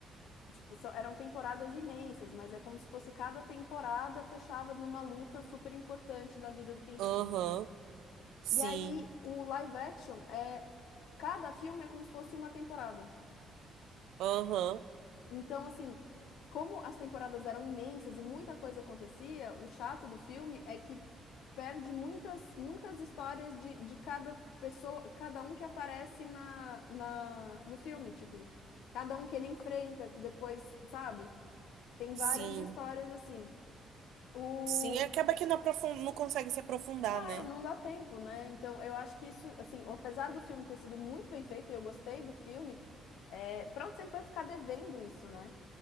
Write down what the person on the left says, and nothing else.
Tipo, são- eram temporadas imensas, mas é como se fosse cada temporada fechava numa luta super importante da vida do Quentin.
E aí, o live action é. Cada filme é como se fosse uma temporada.
Então, assim, como as temporadas eram imensas e muita coisa acontecia, o chato do filme é que perde muitas, muitas histórias de, de cada pessoa, cada um que aparece na, na, no filme. Tipo, cada um que ele enfrenta, que depois, sabe? Tem
várias histórias assim. O...
e Claro,
não dá tempo, né? Então, eu acho que isso, assim, apesar do filme ter sido muito bem feito e eu gostei do filme, é... pronto, sempre vai ficar devendo isso, né?